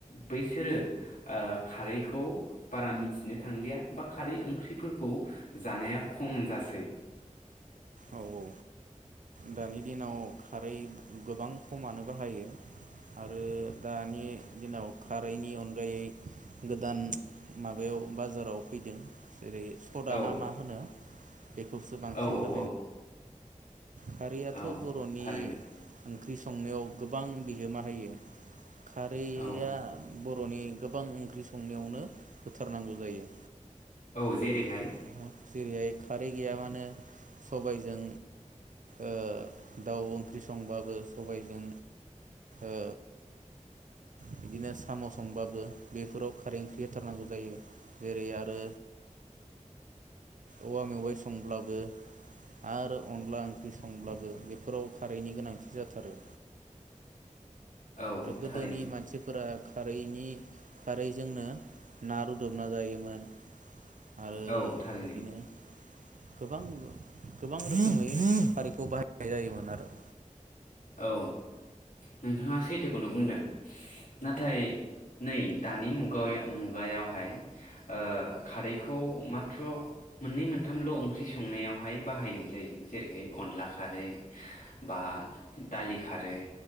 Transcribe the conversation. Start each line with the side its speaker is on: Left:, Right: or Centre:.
Left: बैसोरो ओ खारैखौ बारा मि सिनो थांलिया बा खारै ओंख्रिफोरखौ जानाया खम जासै
Right: औ औ दानि दिनाव खारै गोबां खमानो बाहायो आरो दानि दिनाव खारैनि अनगायै गोदान माबायाव बाजाराव फैदों जेरै सदा
Left: औ
Right: ना मा होनो बेखौसो बांसिन
Left: औ औ
Right: बा
Left: औ
Right: खारैयाथ'
Left: औ
Right: बर'नि
Left: थारैनो
Right: ओंख्रि संनायाव गोबां बिहोमा होयो खारैया
Left: औ
Right: बर'नि गोबां ओंख्रि संनायावनो होथारनांगौ जायो
Left: औ
Right: जेरैहाय
Left: जेरैहाय
Right: खारै गैयाबानो सबायजों ओ दाउ ओंख्रि संबाबो सबायजों ओ बिदिनो साम' संबाबो बेफोराव खारै ओंख्रि होथारनांगौ जायो जेरै आरो औवा मेवाइ संब्लाबो आरो अनला ओंख्रि संब्लाबो बेफोराव खारैनि गोनांथि जाथारो
Left: औ
Right: गोदोनि
Left: थारैनो
Right: मानसिफोरा खारैनि खारैजोंनो ना रुदबना जायोमोन आरो
Left: औ थारैनो
Right: बिदिनो गोबां गोबां रोखोमै खारैखौ बाहायनाय जायोमोन आरो
Left: औ नोंथाङा सैथोखौनो बुंदों नाथाय नै दानि मुगा मुगायावहाय ओ खारैखौ माथ्र' मोननै मोनथामल' ओंख्रि संनायावहाय बाहायनाय जायो जेरैहाय अनला खारै बा दालि खारै